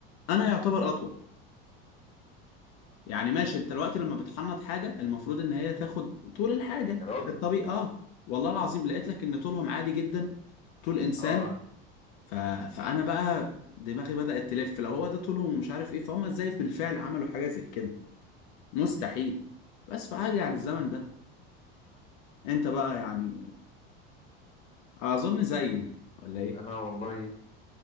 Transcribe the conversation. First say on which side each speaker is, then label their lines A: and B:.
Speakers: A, on the left; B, on the left.
A: انا يعتبر اطول يعني ماشي انت الوقت لما بتحنط حاجه المفروض ان هي تاخد طول الحاجه
B: يا راجل
A: الطبيعي اه والله العظيم لقيت لك ان طولهم عادي جدا طول انسان
B: اه
A: ف... فانا بقى دماغي بدأت تلف لو هو ده طولهم ومش عارف ايه فهم ازاي بالفعل عملوا حاجه زي كده مستحيل بس فهرجع للزمن ده انت بقى يعني اظن زي انت ولا ايه
B: انا والله